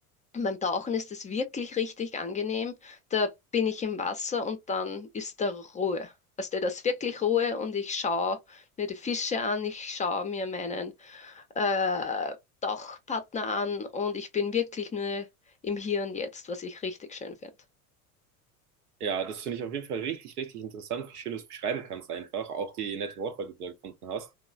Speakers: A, on the left; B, on the right.
A: beim Tauchen ist es wirklich richtig angenehm. Da bin ich im Wasser und dann ist da Ruhe. Also da ist wirklich Ruhe und ich schaue mir die Fische an, ich schaue mir meinen äh, Tauchpartner an und ich bin wirklich nur im Hier und Jetzt, was ich richtig schön finde.
B: Ja, das finde ich auf jeden Fall richtig, richtig interessant, wie schön du es beschreiben kannst einfach, auch die nette Wortwahl, die du da gefunden hast.